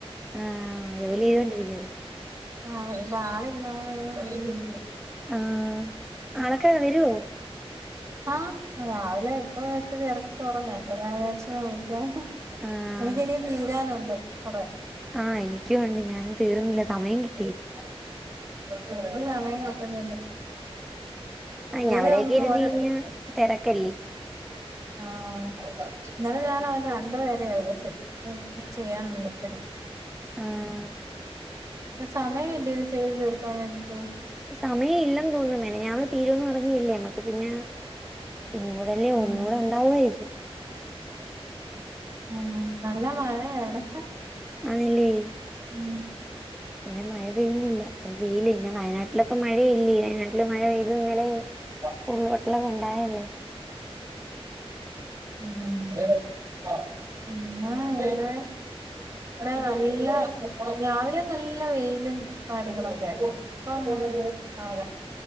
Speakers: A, in the centre; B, on the right.
A: ആഹ് ജോലി ചെയ്തോണ്ടിരിക്കുവല്ലേ.
B: ആഹ് ഇവടെ ആളില്ല ഇങ്ങനെ <unintelligible>
A: ആഹ് ആളൊക്കെ വരുവോ
B: ആഹ് രാവിലെ ഇപ്പ ഇച്ചിരി തിരക്ക് കുറഞ്ഞയ അപ്പ ഞാ വിചാരിച് വിളിക്ക
A: ആഹ്
B: എനിക്ക് ഇനിയും തീരാനുണ്ട് കൊറേ.
A: ആഹ് എനിക്കും ഒണ്ട് ഞാനും തീർന്നില്ല സമയം കി
B: എനിക്കും സമയം കിട്ടുന്നില്ല
A: ആഹ്
B: ഇന്നലെ
A: അവിടേക്ക
B: ഒന്നും
A: ഇരുന്ന്
B: ഒര
A: കയിഞ്ഞ തിരക്കല്ലേ.
B: ആഹ് ഇന്നലെ ഞാൻ അവ രണ്ടു പേരയ വിളിച്ചേ. ചെയ്യാനൊണ്ട് ഒത്തിരി.
A: ആഹ്
B: സമയം ഇല്ല ഇത് ചെയ്ത് തീർക്കാൻ വേണ്ടിട്ട്.
A: സമയം ഇല്ലെന്ന് തോന്ന് മെനഞാന്ന് തീരുന്ന് പറഞ്ഞല്ലേ, നമ്മക്ക് പിന്ന ഇന്ന് കൂടെല്ലേ ഒ
B: ഉം
A: ഇന്നുടെ ഉണ്ടാവയിരിക്കും
B: ഉം നല്ല മഴ ഇവിടെ.
A: ആണല്ലേ!
B: ഉം
A: ഇവിടെ മഴ പെയ്യുന്നില്ല, വെയില് പിന്നെ വയനാട്ടിലൊക്കെ മഴയല്ലേ! ട്ടില് മഴ പെയ്ത് ഇന്നലേം
B: ആഹ
A: ഉരുൾ പൊട്ടൽ ഒകെ ഉണ്ടായല്ലേ?
B: ഉം ഉ <unintelligible> അെ നല്ല രാവിലെ നല്ല വെയിലും കാര്യങ്ങളൊക്കെ ആഹ പോണത് ആ